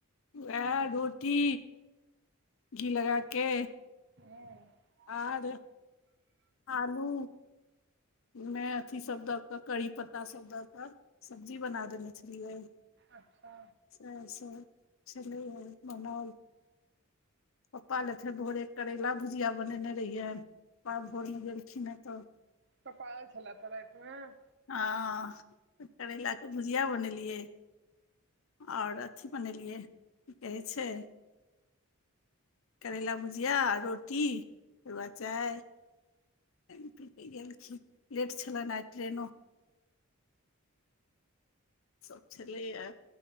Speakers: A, on the left; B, on the right.
A: उएहा रोटी घी लगा के
B: हू
A: आर आलू मे अथी सभ दऽ कऽ करि पत्ता सब दऽ कऽ सब्जी बना देने छलियै
B: अच्छा
A: स सर छललै मनाल <unintelligible> <unintelligible> पप्पा ले फेर भोरे करैला भुजिया बनेने रहियैन पाब भोर मे गेलखिन हँ तऽ
B: क पप्पा छला तऽ रातिमे <unintelligible> <unintelligible>
A: हँ तऽ करैलाके भुजिया बनेलियै आओर अथी बनेलियै की कहै छै करैला भुजिया रोटी रुआ चाय पानि पीके गेलखिन लेट छलनि आई ट्रेनो सब छलैए